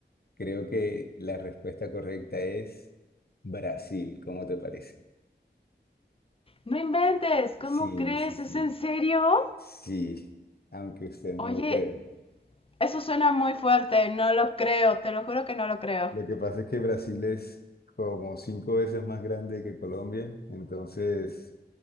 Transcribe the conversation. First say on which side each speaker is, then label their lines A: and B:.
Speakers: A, on the left; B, on the left.
A: creo que la respuesta correcta es Brasil, ¿cómo te parece?
B: No inventes, ¿cómo
A: Sí,
B: crees?
A: sí, sí,
B: ¿Es en serio?
A: sí, aunque usted
B: Oye,
A: no lo crea.
B: eso suena muy fuerte, no lo creo, te lo juro que no lo creo.
A: Lo que pasa es que Brasil es como cinco veces más grande que Colombia, entonces